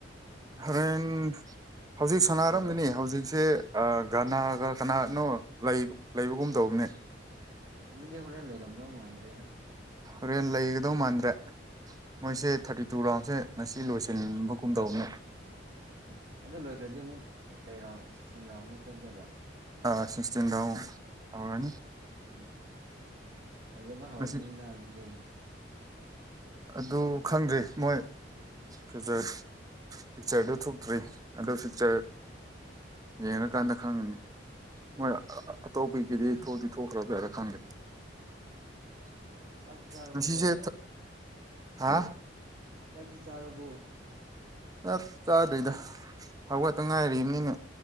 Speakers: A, on the right; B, on the right.
A: ꯍꯣꯔꯦꯟ ꯍꯧꯖꯤꯛ ꯁꯥꯟꯅꯔꯝꯒꯅꯤ
B: ꯂꯩꯕ꯭ꯔꯣ
A: ꯍꯧꯖꯤꯛꯁꯦ ꯒꯅꯥꯒ ꯀꯅꯥꯅꯣ
B: ꯑꯣ
A: ꯂꯩꯕꯒꯨꯝ ꯇꯧꯕꯅꯦ
B: ꯑꯗꯨꯗꯤ ꯍꯣꯔꯦꯟ ꯂꯩꯔꯝꯗꯧ ꯃꯥꯟꯗ꯭ꯔꯦꯗ꯬
A: ꯍꯣꯔꯦꯟ ꯂꯩꯒꯗꯧ ꯃꯥꯟꯗ꯭ꯔꯦ ꯃꯣꯏꯁꯦ
B: ꯎꯝ
A: ꯊꯥꯔꯇꯤ ꯇꯨ ꯔꯥꯎꯟꯁꯦ꯫ ꯉꯁꯤ ꯂꯣꯏꯁꯤꯟꯕꯒꯨꯝꯗꯧꯕꯅꯦ꯫
B: ꯑꯣ ꯑꯗꯨ ꯂꯣꯏꯈ꯭ꯔꯗꯤ ꯑꯃꯨꯛ ꯀꯩ ꯔꯥꯎꯟ ꯁꯤꯛꯁꯇꯤꯟ ꯔꯥꯎꯟꯃꯨꯛ ꯆꯠꯇꯕ꯫
A: ꯑꯥ ꯁꯤꯛꯁꯇꯤꯔꯥꯎ ꯍꯧꯔꯅꯤ꯫
B: ꯎꯝ ꯐꯖꯕ ꯍꯧꯔꯅꯤꯗ
A: ꯉꯁꯤ
B: ꯑꯗꯨꯗꯤ꯫
A: ꯑꯗꯨ ꯈꯪꯗ꯭ꯔꯦ ꯃꯣꯏ ꯐꯌꯨꯆꯔ ꯐꯤꯛꯆꯔꯗꯨ
B: ꯎꯝ
A: ꯊꯣꯛꯇ꯭ꯔꯤ꯫ ꯑꯗꯨ ꯐꯁꯤꯔ ꯌꯦꯡꯉꯀꯥꯟꯗ ꯈꯪꯉꯅꯤ ꯃꯣꯏ ꯑꯇꯣꯞꯄꯒꯤꯗꯤ
B: ꯈꯪꯗ꯭ꯔꯦꯗ
A: ꯊꯣꯛꯇꯤ ꯊꯣꯛꯈ꯭ꯔꯕ ꯌꯥꯥꯔꯥ ꯈꯪꯗꯦ
B: ꯎꯝ ꯆꯥꯛꯇꯤ ꯆꯥꯔꯕꯣ
A: ꯉꯁꯤꯁꯦ
B: ꯕ꯭ꯔꯣ
A: ꯍꯥ
B: ꯆꯥꯛꯇꯤ ꯆꯥꯔꯕꯣ꯫
A: ꯆꯥꯛ ꯆꯥꯗ꯭ꯔꯤꯗ ꯍꯧꯋꯥꯠꯇ ꯉꯥꯏꯝꯅꯤꯅ꯫